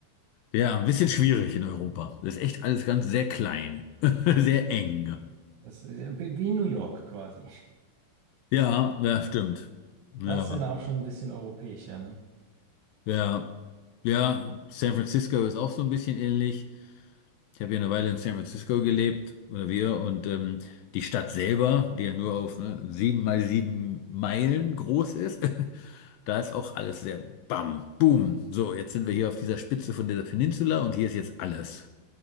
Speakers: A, on the left; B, on the right.
A: Ja, ein bisschen schwierig in Europa. Das ist echt alles ganz sehr klein, <laughs> sehr eng.
B: Das ist ja wie in New York quasi.
A: Ja, ja, stimmt. Ja.
B: Das ist ja dann auch schon ein bisschen europäisch, ja, ne?
A: Ja, ja, San Francisco ist auch so ein bisschen ähnlich. Ich habe ja eine Weile in San Francisco gelebt, oder wir, und ähm, die Stadt selber, die ja nur auf ne, sieben mal sieben Meilen groß ist, <laughs> da ist auch alles sehr bam, boom. So, jetzt sind wir hier auf dieser Spitze von dieser Peninsula und hier ist jetzt alles.